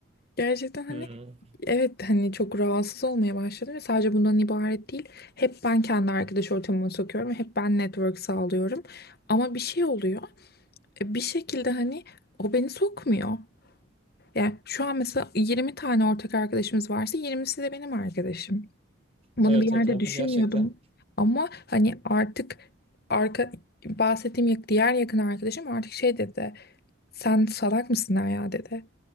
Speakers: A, on the left; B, on the right.
A: Gerçekten hani
B: Hmm.
A: evet hani çok rahatsız olmaya başladım. Ve sadece bundan ibaret değil. Hep ben kendi arkadaş ortamıma sokuyorum. Hep ben network sağlıyorum. Ama bir şey oluyor. E, Bir şekilde hani o beni sokmuyor. Yani şu an mesela 20 tane ortak arkadaşımız varsa 20'si de benim arkadaşım. Bunu
B: Evet
A: bir
B: evet
A: yerde
B: tamam
A: düşünmüyordum
B: gerçekten.
A: ama hani artık arka bahsettiğim yak- diğer yakın arkadaşım artık şey dedi. Sen salak mısın ya dedi.